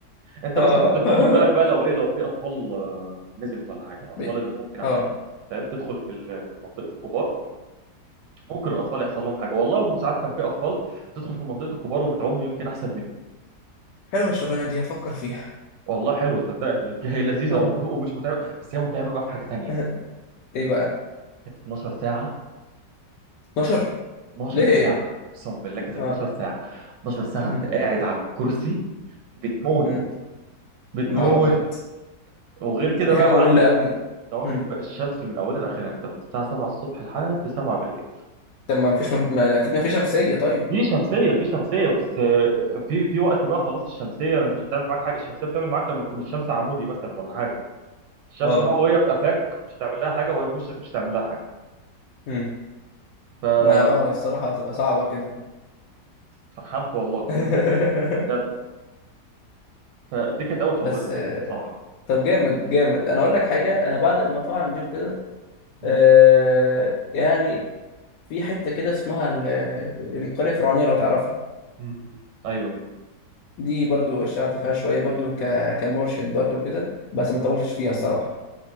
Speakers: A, on the right (about 80°); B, on the left (about 80°).
A: انت
B: اه
A: بس كنت بتاخد
B: <laughs>
A: بالك بقى لو ايه لو في اطفال آه، نزلت ولا حاجه الاطفال
B: بي-
A: اللي ممكن عشان
B: اه
A: فاهم تدخل في ال- في منطقه الكبار ممكن الاطفال يحصل لهم حاجه والله وساعات كان في اطفال بتدخل في منطقه الكبار وبتعوم يمكن احسن مني
B: حلوة الشغلانة دي هفكر فيها
A: والله حلوه صدقني <laughs> هي لذيذه
B: اه
A: وم- ومش متعبه بس هي متعبه بقى في حاجه تانية
B: <laughs> آه، ايه بقى
A: كانت 12 ساعه
B: 12
A: 12
B: ليه
A: ساعه اقسم بالله كانت 12
B: اه
A: ساعه 12 ساعه
B: مم.
A: انت قاعد على الكرسي بتموت
B: مم.
A: بتموت
B: نهار ابيض
A: وغير كده
B: دي
A: بقى
B: حاجة
A: يا معلم
B: مملة قوي
A: انت واخد
B: مم.
A: بقى الشمس من اولها لاخرها انت من الساعه 7 الصبح لحد 7 بالليل
B: طب ما مفيش ما اكيد مفيش شمسية طيب
A: في شمسيه في شمسيه بس آه، في في وقت بقى خلاص الشمسيه مش هتعمل معاك حاجه الشمسيه بتعمل معاك لما تكون الشمس عمودي مثلا ولا حاجه الشمس
B: اه
A: بقى وهي في قفاك مش هتعمل لها حاجه وهي في وشك مش هتعمل لها حاجه
B: مم.
A: فاتفحمت
B: ما اه الصراحة هتبقى صعبة كده
A: اتفحمت والله
B: <laughs>
A: بجد فدي كانت اول شغلانه
B: بس
A: ليا
B: آه،
A: بصراحه
B: طب جامد جامد انا اقول لك حاجة انا بعد المطاعم دي وكده
A: مم.
B: آه يعني في حتة كده اسمها ال- يعني القرية الفرعونية لو تعرفها
A: مم. مم. ايوه
B: دي برضو اشتغلت فيها شوية برضو ك... كمرشد برضو كده بس ما طولتش فيها الصراحة